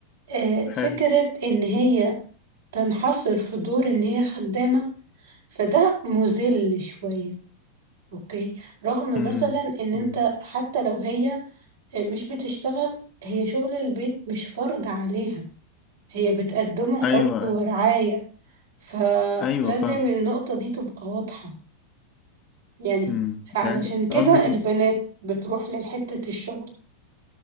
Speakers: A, on the right; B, on the left.
A: آه، فكرة
B: حلو
A: ان هي تنحصر في دور ان هي خدامة فده مذل شوية اوكي رغم
B: امم
A: مثلا ان انت
B: أمم.
A: حتى لو هي مش بتشتغل هي شغل البيت مش فرض عليها هي بتقدمه
B: ايوه
A: حب ورعاية
B: ايوه
A: فلازم
B: ايوه فاهم
A: النقطة دي تبقى واضحة يعني
B: امم
A: علشان
B: يعني
A: كده
B: قصدك
A: البنات بتروح لحتة الشغل